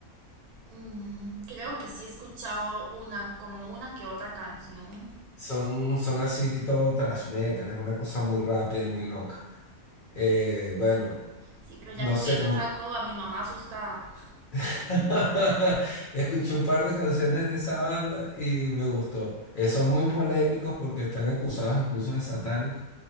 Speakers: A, on the right; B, on the left.
A: Mm, creo que sí he escuchado una, como una que otra canción.
B: Son, son así todo thrash metal, es una cosa muy rápida y muy loca. Eh, bueno.
A: Sí, pero ya
B: no
A: con
B: sé,
A: esa
B: como
A: saco a mi mamá asustada.
B: <laughs> escuché un par de canciones de esa banda y me gustó. Eh, son muy polémicos porque están acusados incluso de satánicos,